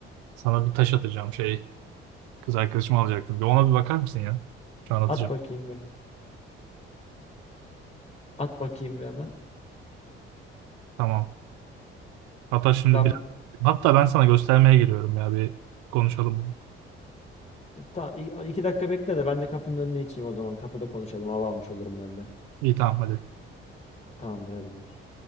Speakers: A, on the right; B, on the left.
A: Sana bir taş atacağım şey. Kız arkadaşımı alacaktım. Bir ona bir bakar mısın ya? Şu an atacağım.
B: At bakayım bir. At bakayım bir hemen.
A: Tamam. Hatta şimdi
B: Ben
A: biraz... Hatta ben sana göstermeye geliyorum ya bir konuşalım bunu.
B: ta, i- iki dakika bekle de ben de kapının önüne içeyim o zaman. Kapıda konuşalım. Hava almış olurum ben de.
A: İyi tamam hadi.
B: Tamamdır hadi görüşürüz.